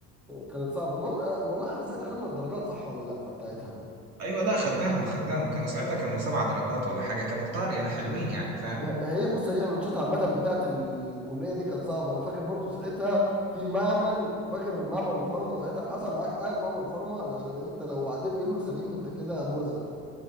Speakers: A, in the centre; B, on the right.
A: كانت صعبة المهم أنا- والله احنا ساعتها خدنا الدرجات صح ولا لا بتاعتها
B: ايوه لا خدناهم خدناهم كانوا ساعتها كانوا سبع درجات ولا حاجه كانوا كتار يعني حلوين يعني فاهم
A: هي بص هي الانشطه عامه بتاعت الكليه دي كانت صعبه انا فاكر برضو ساعتها في معمل فاكر معمل الفارما ساعتها حصل معاك حاجه في معمل الفارما علشان انت لو عديت منه سليم انت كده مرزق